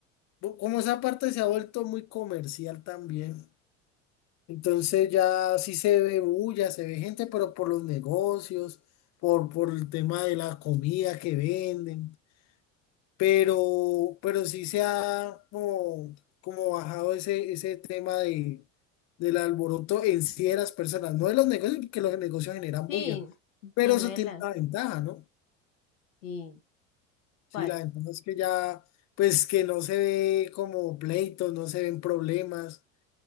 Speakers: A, on the left; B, on the left.
A: bu- como esa parte se ha vuelto muy comercial también, entonces ya sí se ve bulla, se ve gente, pero por los negocios, por, por el tema de la comida que venden. pero, pero sí se ha como, como bajado ese, ese tema de, del alboroto en sí de las personas, no de los negocios, porque los negocios generan
B: sí,
A: bulla, pero
B: sí, no
A: eso
B: de
A: tiene
B: las,
A: una ventaja, ¿no?
B: sí,
A: Sí,
B: ¿cuál?
A: la ventaja es que ya, pues que no se ve como pleitos, no se ven problemas,